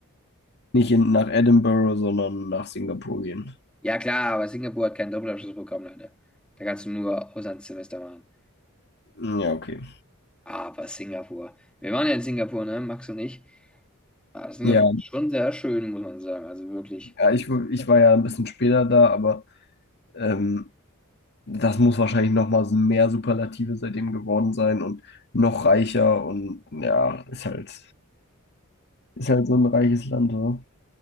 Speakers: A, on the left; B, in the centre.
A: nicht in, nach Edinburgh, sondern nach Singapur gehen.
B: Ja, klar, aber Singapur hat keinen Doppelabschluss bekommen, leider. Da kannst du nur Auslandssemester machen.
A: Ja, okay.
B: Aber Singapur. Wir waren ja in Singapur, ne, Max und ich. Ah, Singapur
A: Ja,
B: ist schon sehr schön, muss man sagen. Also wirklich.
A: ja ich, w- ich war ja ein bisschen später da, aber ähm, das muss wahrscheinlich noch mal so mehr Superlative seitdem geworden sein und noch reicher und ja, ist halt, ist halt so ein reiches Land, oder?